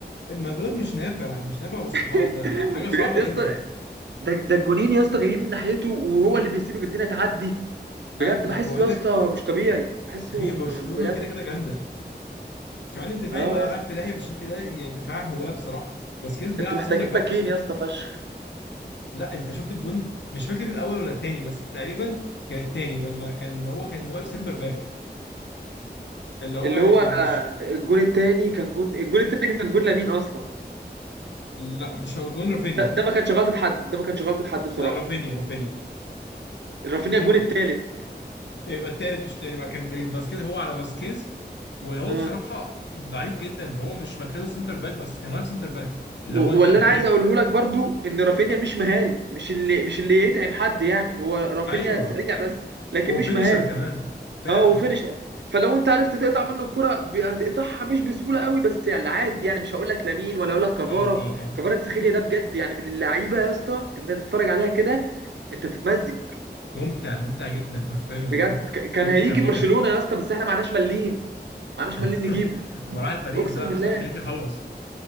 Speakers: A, on the left; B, on the right.
A: ما بقولك مش نافع مش نافع بالصحاب
B: <laughs>
A: ده حاجه صعبه
B: بجد يا
A: جدا
B: اسطى ده ده الجونين يا اسطى جايين من ناحيته وهو اللي بيسيب الدنيا تعدي بجد
A: اي ما
B: بحسه
A: انا بقول
B: يا
A: لك
B: اسطى مش طبيعي بحسه
A: هي برشلونه
B: م- بجد
A: كده كده جامده كمان الدفاع
B: اه
A: يبقى
B: يا
A: رايح في داهيه بالشكل ده يعني دفاع هواه بصراحه باسكيز بيلعب
B: انتوا محتاجين
A: سنتر باك
B: باكين
A: اصلا
B: يا اسطى فشخ
A: لا انت شفت الجون مش فاكر الاول ولا التاني بس تقريبا كان التاني لما كان هو كان واقف سنتر باك اللي هو
B: اللي
A: يعني
B: هو
A: مش
B: الجون التاني كان جون الجون التاني كان جون لامين اصلا
A: لا مش هو جون رافينيا
B: ده, ده ما كانش غلطه حد ده ما كانش غلطه حد بصراحه
A: لا رافينيا رافينيا
B: رافينيا
A: جون
B: الجون
A: رافينيا
B: التالت
A: يبقى التالت مش التاني بقى كان فاسكيز هو على فاسكيز وهو
B: اه
A: بصراحة ضعيف جدا فهو مش مركزه سنتر باك بس كان واقف سنتر باك اللي
B: و-
A: هو انت
B: واللي
A: ايه
B: انا عايز اقوله لك برضو ان رافينيا مش مهاري مش اللي مش اللي يتعب حد يعني هو رافينيا
A: ايوه
B: سريع بس لكن
A: هو
B: مش
A: فينيشر
B: مهاري
A: كمان فعلا
B: اه وفينشر
A: اه
B: فلو انت عرفت تقطع منه الكرة ب- هتقطعها مش بسهوله قوي بس يعني عادي يعني مش هقول لك لامين ولا هقول لك كفارا
A: اه اه اه
B: كفارا تسخيليا ده بجد يعني من اللعيبه يا اسطى ان انت تتفرج عليها كده انت بتتمزج
A: ممتع ممتع جدا حرفيا اه
B: بجد ك- كان
A: كورته
B: هيجي
A: جميلة
B: برشلونه يا اسطى بس احنا معناش مليم معناش
A: <laughs>
B: مليم نجيبه
A: مراحل باريس
B: اقسم
A: بقى ناصر
B: بالله
A: خليفي خلص